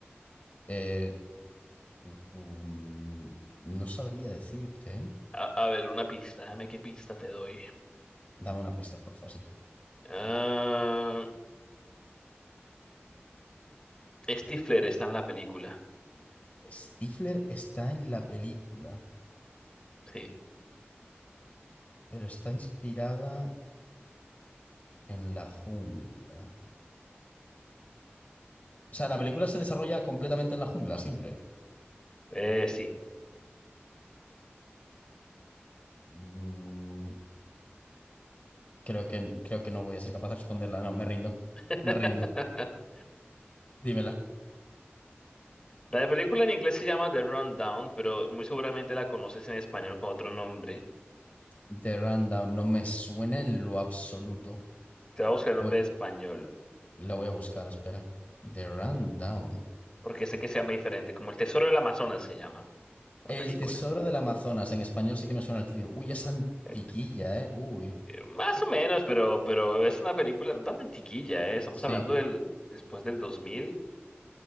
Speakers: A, on the left; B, on the left.
A: eh, tu- tu, mm, no sabría decirte. ¿eh?
B: A, a ver, una pista, dame qué pista te doy.
A: Dame una pista, porfa, sí.
B: Ah, Stifler está en la película.
A: Stifler está en la película,
B: Sí.
A: pero está inspirada en la jungla. O sea, la película se desarrolla completamente en la jungla, siempre.
B: Eh, sí.
A: Mm, creo que, creo que no voy a ser capaz de responderla. No, me rindo.
B: <laughs>
A: Me rindo. Dímela.
B: La película en inglés se llama The Rundown, pero muy seguramente la conoces en español con otro nombre.
A: The Rundown no me suena en lo absoluto.
B: Te voy a buscar
A: La
B: el nombre
A: voy,
B: de español,
A: la voy a buscar, espera. The Rundown.
B: porque sé que se llama diferente, como El Tesoro del Amazonas se llama la
A: El
B: película.
A: Tesoro del Amazonas. En español sí que me suena el título. Uy, es antiquilla,
B: El-
A: ¿eh? Uy.
B: eh, más o menos, pero, pero es una película no tan antiquilla, ¿eh? Estamos
A: Sí.
B: hablando del después del 2000.